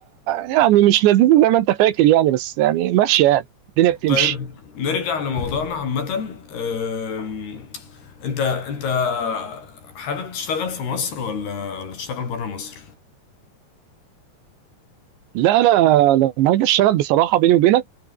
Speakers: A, on the right; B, on the left.
A: يعني مش لذيذه زي ما انت فاكر يعني بس يعني ماشيه يعني الدنيا بتمشي
B: طيب نرجع لموضوعنا عامه أم، انت انت حابب تشتغل في مصر ولا ولا تشتغل بره مصر
A: لا انا لما هاجي اشتغل بصراحه بيني وبينك